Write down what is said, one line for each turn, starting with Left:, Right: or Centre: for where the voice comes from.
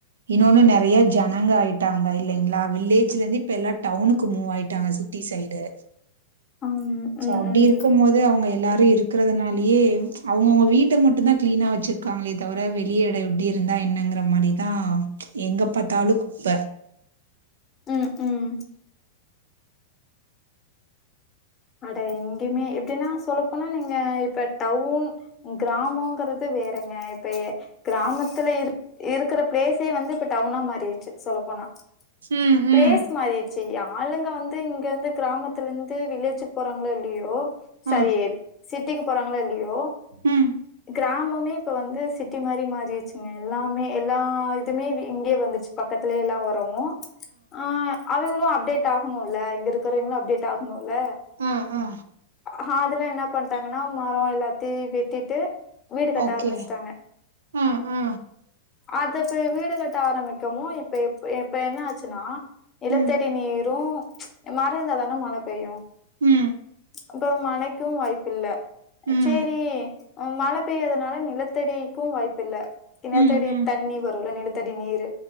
Right: இன்னோனு நெறயா ஜனங்க ஆயிட்டாங்க இல்லைங்யு வில்லேஜ்லேந்து இப்ப எல்லா டவுனுக்கு மூவ் ஆயிட்டாங்க சிட்டி சைடு
Left: ம்
Right: சோ
Left: ம்
Right: அப்டி
Left: ம்
Right: இருக்கமோது அவுங்க எ எல்லாரு இருக்கறதுனாலியே அவுங்கவுங்க வீட்ட மட்டுந்தா க்ளீனா வச்சிர்க்காங்ளே தவர வெளி எட எப்டிர் இந்தா என்னங்குற மரிதா எங்க பாத்தாலு குப்ப
Left: ம் ம் அட எங்யுமே எப்டினா சொல்லப்போனா நீங்க இப்ப டவுன் கிராமோங்கறது வேறங்க இப்ப எ க்ராமத்துல இரு இருக்குற ப்ளேஸே வந்து இப்ப டவுனா மாறிர்ச்சு சொலப்போனா
Right: ம்
Left: ப்ளேஸ்
Right: ம்
Left: மாறிர்ச்சு யாளுங்க வந்து இங்கேந்து க்ராமத்துலெந்து வில்லேஜுக் போறாங்ளோ இல்லியோ சரி
Right: ஆ
Left: சிட்டிக்கு போறாங்களோ இல்லியோ
Right: ம்
Left: க்ரேமொ மே இப்ப வந்து சிட்டி மாரி மாறிர்ச்சுங்க எல்லாமே எல்லா இதுமே வி இங்கே வந்துச் பக்கத்துலே எல்லா வோரவு ஆ அவெங்களு அப்டேட் ஆகணுல்ல இங்க இருக்குறவைங்ளு அப்டேட் ஆகணுல்ல
Right: ஆ ஆ
Left: ஹாதுலா என்ன பண்டாங்கனா மரொ எல்லாத்தி வெட்டிட்டு வீடு கட்ட
Right: ஓகே
Left: ஆருமிஸ்ட்டாங்க
Right: ஆ ஆ
Left: அது ப்பெ வீடுகட்ட ஆரமிக்கவு இப்ப எப்பு எப்ப என்னா ஆச்சுனா நிலத்தடி
Right: ம்
Left: நீரு மர இருந்தாதானே மழ பெய்யு
Right: ம்
Left: இப்போ மழைக்கு வாய்ப்பு இல்ல
Right: ம்
Left: சேரி ம் மழ பெய்யாதனால நிலத்தடிக்கு வாய்ப்பு இல்ல நிலத்தடி
Right: ம் ம்
Left: தண்ணி வரும்ல நிலத்தடி நீரு